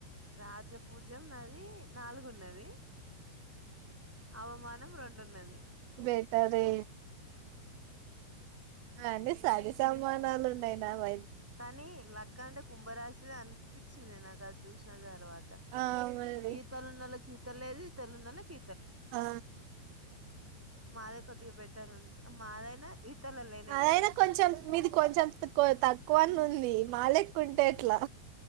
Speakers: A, in the centre; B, on the right.
A: రాజపూజం నది నాలుగు ఉన్నది అవమాన రెండున్నది
B: బేటరే
A: <inaudible>
B: ఆ అండి సరి సమానాలు ఉన్నాయి నా బ
A: కానీ లక్క అంటే కుంభరాశిదే అనిపించింది నాకు ఇంకా చూసిన తర్వాత
B: ఆ మరి
A: ఈతల నలకి తల్లది తెల్వనోళ్లకి
B: ఆ
A: మాదే కొద్దిగా బెటర్ ఉ మాదైనా ఈతల లేనే
B: అదైనా
A: లేదు
B: కొంచెం మీది కొంచెంక్ తక్కువని ఉంది మాలక్ <unintelligible> ఉంటే ఎట్లా